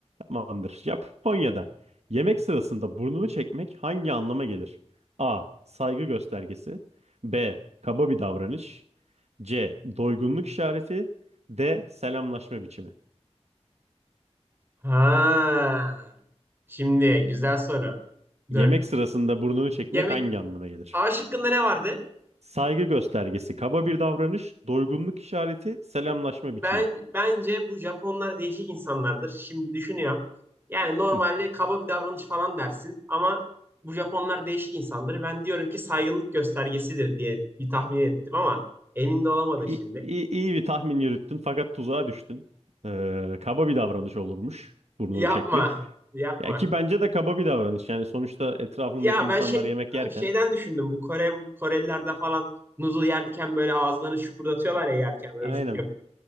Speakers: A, on the right (about 70°); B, on the right (about 20°).
A: Tamamdır. Japonya'da yemek sırasında burnunu çekmek hangi anlama gelir? A. Saygı göstergesi. B. Kaba bir davranış. C. Doygunluk işareti. D. Selamlaşma biçimi.
B: Ha. Şimdi güzel soru.
A: Yemek
B: Dur.
A: sırasında burnunu çekmek
B: Yemek
A: hangi anlama gelir?
B: A şıkkında ne vardı?
A: Saygı göstergesi, kaba bir davranış, doygunluk işareti, selamlaşma biçimi.
B: Ben bence bu Japonlar değişik insanlardır. Şimdi düşünüyorum. Yani normalde
A: Hı.
B: kaba bir davranış falan dersin ama bu Japonlar değişik insandır. Ben diyorum ki saygınlık göstergesidir diye bir tahmin ettim ama emin de olamadım
A: İyi,
B: şimdi.
A: iyi, iyi bir tahmin yürüttün fakat tuzağa düştün. Ee, kaba bir davranış olurmuş burnunu
B: Yapma,
A: çekmek.
B: yapma.
A: Ya ki bence de kaba bir davranış. Yani sonuçta etrafındaki
B: Ya
A: insanlar
B: ben şey
A: yemek yerken.
B: abi şeyden düşündüm bu Kore Korelilerde falan noodle yerken böyle ağızlarını şıpırdatıyorlar ya yerken böyle
A: Aynen.
B: üf yapıp.